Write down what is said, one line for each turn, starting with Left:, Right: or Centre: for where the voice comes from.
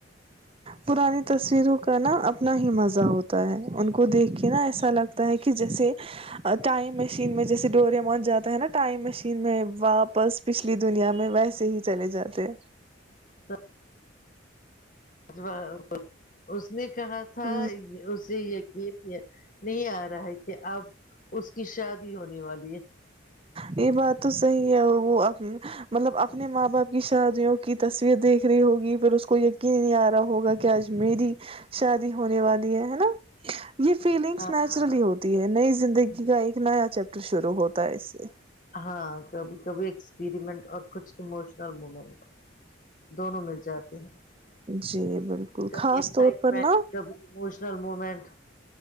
Right: پرانی تصویروں کا نا اپنا ہی مزہ ہوتا ہے ان کو دیکھ کے نا ایسا لگتا ہے کہ جیسے ٹائم مشین میں جیسے ڈورے مان جاتا ہے نا ٹائم مشین میں واپس پچھلی دنیا میں ویسے سے ہی چلے جاتے ہیں
Left: ہاں ج اس نے کہا تھا
Right: ہ
Left: اسے یہ بھی نہیں آ رہا ہے کہ اب اس کی شادی ہونے والی ہے
Right: یہ بات تو صحیح ہے وہ مطلب اپنے ماں باپ کی شادیوں کی تصویر دیکھ رہی ہوگی پھر اس کو یقین نہیں آ رہا ہوگا کہ آج میری شادی ہونے والی ہے ہے نا یہ فیلنگس
Left: ہاں
Right: نیچرلی ہوتی ہے نئی زندگی کا ایک نیا چیپٹر شروع ہوتا ہے اس سے
Left: ہاں کبھی کبھی ایکسپریمنٹ اور کچھ اموشنل مومنٹ دونوں مل جاتے ہیں
Right: جی بالکل
Left: کبھی
Right: خاص
Left: ایکسائٹمنٹ
Right: طور پر نا
Left: کبھی اموشنل مومنٹ